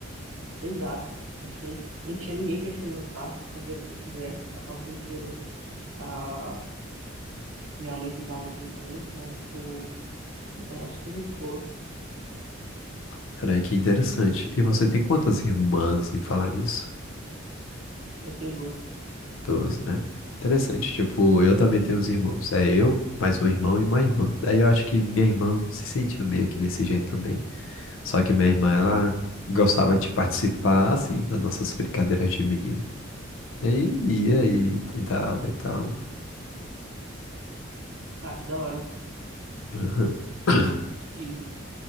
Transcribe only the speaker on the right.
Exato, assim, não tinha ninguém pra encher o meu saco, fazia o que eu quisesse, passava o dia inteiro, a minha mãe cuidava de mim, então, tipo, era super de boa.
Eu tenho duas.
Ah, que da hora.
E